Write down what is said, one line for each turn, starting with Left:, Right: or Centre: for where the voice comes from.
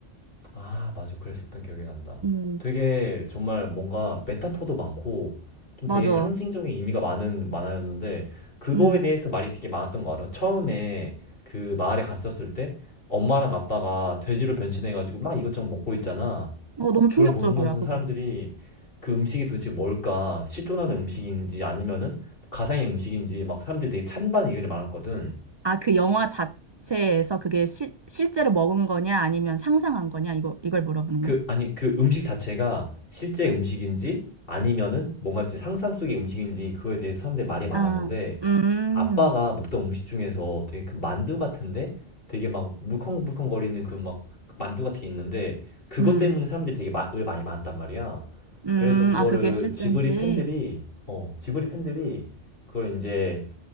Left: 아, 맞아. 그랬었던 기억이 난다.
Right: 음,
Left: 되게 정말 뭔가 메타포도 많고 좀
Right: 맞아.
Left: 되게 상징적인 의미가 많은 만화였는데 그거에
Right: 음,
Left: 대해서 말이 되게 많았던 거 알아? 처음에 그 마을에 갔었을 때 엄마랑 아빠가 돼지로 변신해가지고 막 이것저것 먹고 있잖아.
Right: 어, 너무 충격적이야,
Left: 그걸 보면서
Right: 그거.
Left: 사람들이 그 음식이 도대체 뭘까? 실존하는 음식인지 아니면은 가상의 음식인지 막 사람들이 되게 찬반 의견이 많았거든.
Right: 아, 그 영화 자체에서 그게 시, 실제로 먹은 거냐 아니면 상상한 거냐 이거 이걸 물어보는
Left: 그
Right: 거야?
Left: 아니 그 음식 자체가 실제 음식인지 아니면은 뭔가 진짜 상상 속의 음식인지 그거에 대해서 사람들이 말이 많았는데
Right: 아, 음,
Left: 아빠가 먹던 음식 중에서 되게 그 만두 같은데 되게 막 물컹물컹거리는 그 막 만두 같은 게 있는데 그것
Right: 음,
Left: 때문에 사람들이 되게 마, 의 많이 많았단 말이야.
Right: 음,
Left: 그래서 그거를
Right: 아 그게 실제인지.
Left: 지브리 팬들이 어 지브리 팬들이 그걸 이제